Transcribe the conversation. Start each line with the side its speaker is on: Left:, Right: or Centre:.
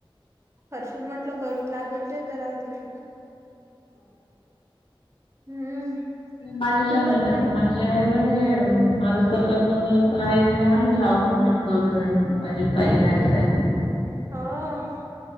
Right: हर्षल म्हटल करू लागत जा जरा तिला. हम्म.
Left: माझ्या
Right: सुचत नाही.
Left: <unintelligible> माझी आई म्हणे, माझं जर लग्न झालं तर आई म्हणे आम्ही लावतो म्हणे दोघी जणी. माझी ताई आणि आई साठी.
Right: हा.